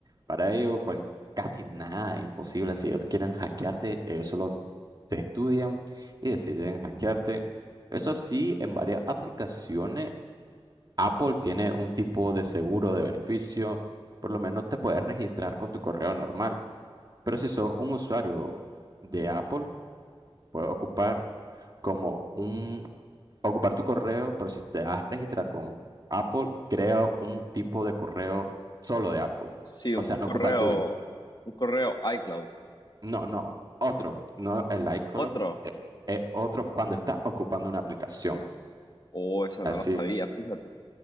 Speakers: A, on the right; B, on the left.
A: Para ellos cual- casi nada es imposible. Si ellos quieren hackearte, ellos solo te estudian y deciden hackearte. Eso sí, en varias aplicaciones Apple tiene un tipo de seguro de beneficio, por lo menos te puedes registrar con tu correo normal, pero si sos un usuario de Apple, puedes ocupar como un, ocupar tu correo, pero si te vas a registrar con Apple, crea un tipo de correo solo de Apple,
B: Sí, un,
A: o sea,
B: un
A: no
B: correo,
A: ocupa el tuyo,
B: un correo iCloud.
A: no, no, otro, no el iCloud,
B: Otro,
A: eh, eh, otro cuando estás ocupando una aplicación,
B: oh, esa
A: así,
B: no la sabía, fíjate.